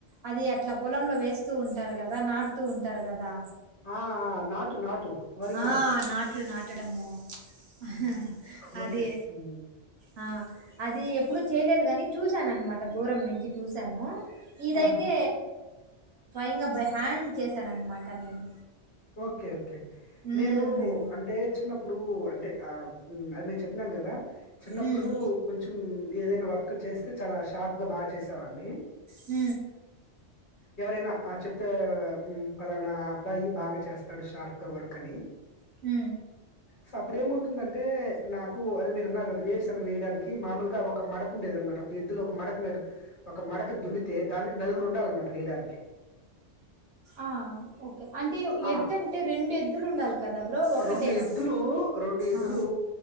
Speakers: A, on the right; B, on the left.
A: అది అట్లా పొలంలో వేస్తూ ఉం కదా నాటుతూ ఉం టారు కదా
B: ఆ ఆ నాటు నాటు వరి
A: ఆ
B: నాటు
A: నాట్లు నాటడము హ్ హ్
B: ఓకే
A: అదే
B: హ్మ్.
A: అ అది ఎప్పుడుూ చేయలేదు కాని చూసాను అనమాట దూరం నుంచి చూశాను ఇదైతే
B: ఆహా!
A: ఇంక బై హ్యాండ్ చేశాను అనమాట నేను
B: ఓకే ఓకే
A: హ్మ్.
B: నేను అంటే చిన్నప్పుడు అంటే ఆ అది నేను చెప్పానాను కదా చిన్నప్పుడు
A: హ్మ్.
B: కొంచెం ఏదైనా వర్క్ చేస్తే చాలా షార్ప్ గా బాగా చేసేవాడిని
A: హ
B: ఎవరైనా ఆ చెప్తే ఉ పలానా అబ్బాయి బాగా చేస్తాడు షార్ప్ గా వర్క్ అని
A: హ
B: సో అప్పుడు ఏమవుతుందంటే నాకు అది మీరు అన్నారు కదా వేరుశనగ వేయడానికి మామూలుగా ఒక మడక ఉండేదనమాట ఒక ఎద్లో ఒక మడక ఒక మడక దున్నితే దానికి నలుగురు ఉండాలన్నమాట వేయడానికి
A: ఆ! ఓకే. అంటే
B: ఆ
A: ఎద్దంటే ఎద్దులుండాలి కదా బ్రో! ఒక్కటేనా?
B: రెండు ఎద్దులు రెండు ఎద్దులు
A: ఆ!